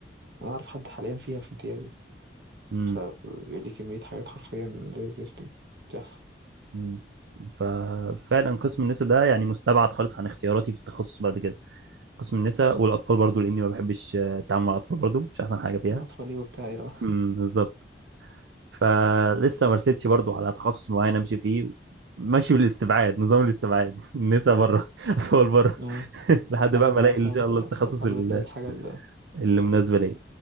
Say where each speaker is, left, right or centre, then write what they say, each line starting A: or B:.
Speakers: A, on the right; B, on the right.
A: أنا أعرف حد حاليا فيها في امتيازي
B: امم
A: فبيقول لي كمية حاجات حرفيا زي الزفت دي بتحصل
B: امم ففعلا قسم النساء ده يعني مستبعد خالص عن اختياراتي في التخصص بعد كده قسم النساء والاطفال برضو لاني ما بحبش آه، التعامل مع الاطفال برضو مش احسن حاجه فيها
A: أطفالي وبتاع آه.
B: امم بالظبط فلسه ما رسيتش برضو على تخصص معين امشي فيه ماشي بالاستبعاد نظام الاستبعاد <laughs> نسا بره <laughs> اطول بره
A: آه.
B: <laughs> لحد
A: أيوه
B: بقى ما
A: ما
B: الاقي
A: أنا فاهمك
B: ان شاء الله
A: آه،
B: التخصص
A: أطفال لحد
B: ال-
A: ما تلاقي الحاجة ال
B: اللي مناسبه ليا